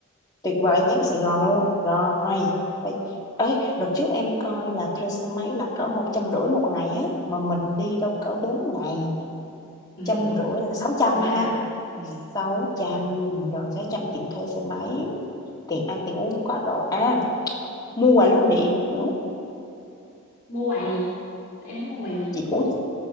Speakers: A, on the left (about 20°); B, on the left (about 40°).
A: tuyệt vời nhất Sài Gòn luôn rồi
B: <laughs>
A: Bây- ấy đợt trước em coi là thuê xe máy là cỡ một trăm rưỡi một ngày á mà mình đi đâu cỡ bốn ngày
B: Ừ,
A: trăm rưỡi là sáu trăm
B: 600.
A: ha
B: Ừ.
A: sáu trăm rồi sáu trăm tiền thuê xe máy tiền ăn tiền uống cũng có rồi à mua quà lưu niệm nữa
B: Mua quà gì? Em muốn mua quà gì?
A: chị út